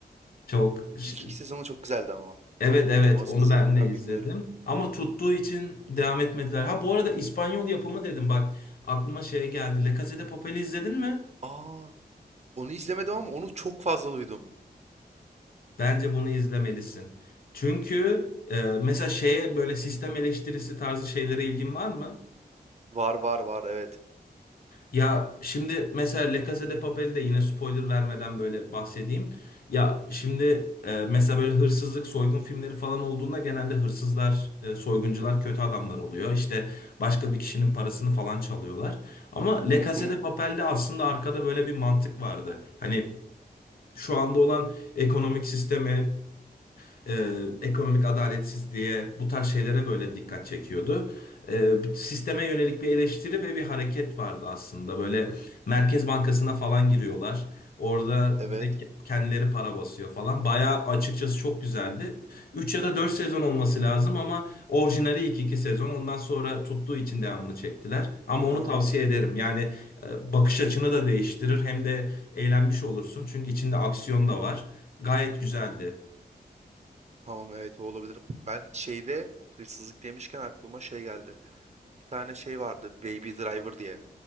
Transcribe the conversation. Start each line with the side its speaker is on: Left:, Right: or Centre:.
Left: Çok ş-
Right: İlk iki sezonu çok güzeldi ama.
Left: evet evet
Right: Sonrasını
Left: onu
Right: izledim
Left: ben
Right: mi
Left: de
Right: ben
Left: izledim.
Right: bilmiyorum.
Left: Ama tuttuğu için devam etmediler. Ha bu arada İspanyol yapımı dedim bak aklıma şey geldi. La Casa de Papel'i izledin mi?
Right: Aa, onu izlemedim ama onu çok fazla duydum.
Left: Bence bunu izlemelisin. Çünkü e, mesela şeye böyle sistem eleştirisi tarzı şeylere ilgin var mı?
Right: Var var var evet.
Left: Ya şimdi mesela La Casa de Papel'i de yine spoiler vermeden böyle bahsedeyim. Ya şimdi e, mesela böyle hırsızlık, soygun filmleri falan olduğunda genelde hırsızlar, e, soyguncular kötü adamlar oluyor. İşte başka bir kişinin parasını falan çalıyorlar. Ama La
Right: Hı
Left: Casa
Right: hı.
Left: de Papel'de aslında arkada böyle bir mantık vardı. Hani şu anda olan ekonomik sisteme, e, ekonomik adaletsizliğe, bu tarz şeylere böyle dikkat çekiyordu. E, sisteme yönelik bir eleştiri ve bir hareket vardı aslında. Böyle Merkez Bankası'na falan giriyorlar. Orada
Right: Evet.
Left: direkt kendileri para basıyor falan. Bayağı açıkçası çok güzeldi. 3 ya da 4 sezon olması lazım ama orijinali ilk 2 sezon. Ondan sonra tuttuğu için devamını çektiler. Ama
Right: Aha.
Left: onu tavsiye ederim. Yani e, bakış açını da değiştirir hem de eğlenmiş olursun. Çünkü içinde aksiyon da var. Gayet güzeldi.
Right: Tamam evet o olabilir. Ben şeyde hırsızlık demişken aklıma şey geldi. Bir tane şey vardı Baby Driver diye.